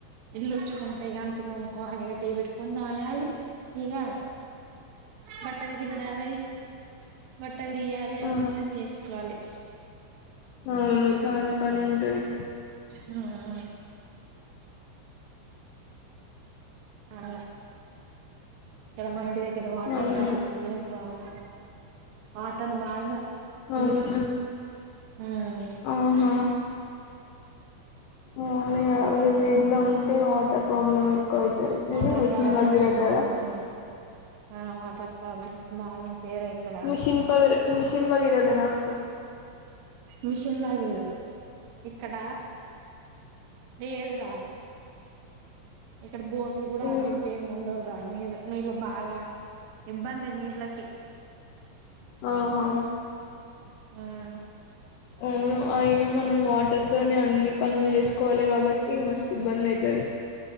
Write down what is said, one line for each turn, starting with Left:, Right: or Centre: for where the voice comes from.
Right: ఇల్లు ఉచ్చుకుంటే ఇ అంటు దోంకోవాలి ఇక టీ పెట్టుకొని తాగాలి ఇక బట్టలు పిండాలి బట్టలు తీయాలి అవి
Left: ఆ!
Right: కూడా చేసుకోవాలి
Left: అవును చాలా పని ఉంటది
Right: మ్మ్ అలా ఇక్కడ మా ఇంటి దగ్గర వాటర్
Left: అవును.
Right: రావు ఏం రావు వాటర్ బాగా
Left: అవునా
Right: ఇది ఉమ్
Left: ఆహా అ వీళ్ళ ఏదిలో ఉంటే వాటర్ ప్రాబ్లమ్ అయి అయితది
Right: వాటర్
Left: మెషిన్
Right: ప్రాబ్లమ్స్
Left: బగిరతార
Right: బాగా ఆ వాటర్ ప్రాబ్లమ్స్ బాగుంటాయి రా ఇక్కడ
Left: మిషన్ భగీర మిషన్ భగీరథనా అక్క?
Right: మిషన్ బాగ ఇక్కడ లేదు రా ఇక్కడ బోర్లు కూడా
Left: ఇది
Right: అవి ఇవే ఏమి ఉండవురా నీ నీళ్ళు బాగా ఇబ్బంది నిళ్లకి
Left: ఓహో
Right: మ్మ్
Left: అవును అయినా మనం వాటర్ నే అన్ని పనులు చేసుకోవాలి కాబట్టి మస్తు ఇబ్బంది అయితది